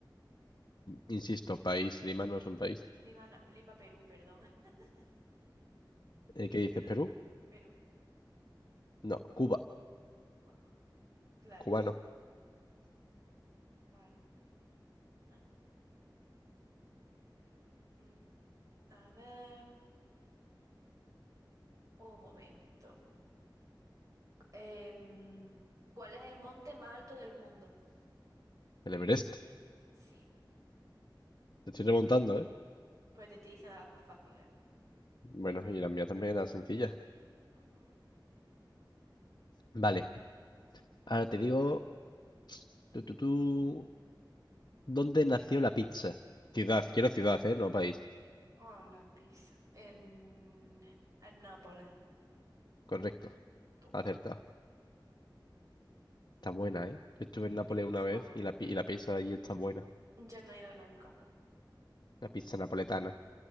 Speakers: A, on the left; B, on the right.
A: insisto, país, Lima no es un país.
B: Lima, no- Lima, Perú, perdón. <laughs>
A: ¿Eh, ¿Qué dices,
B: Perdón.
A: Perú?
B: Perú,
A: No, Cuba,
B: Cuba. Claro.
A: cubano.
B: Vale. Ah, ah. Mm, mm, mm, mm, mm, mm. A ver. Un momento. Em, ¿cuál es el monte más alto del mundo?
A: El Everest,
B: Sí.
A: te estoy remontando, ¿eh?
B: Pues te estoy diciendo las fáciles.
A: Bueno, y la mía también era sencilla.
B: Ujú.
A: Vale, ahora te digo Tú, tú, tú. ¿Dónde nació la pizza? Ciudad, quiero ciudad, ¿eh? No país.
B: Oh, la pizza. En, en Nápoles.
A: Correcto,
B: Toma.
A: acertado. Está buena, ¿eh? Yo estuve
B: Mm,
A: en Nápoles
B: es-
A: una
B: fue.
A: vez y la, pi- y la pizza allí está buena.
B: Yo no he ido nunca.
A: La
B: No
A: pizza napoletana.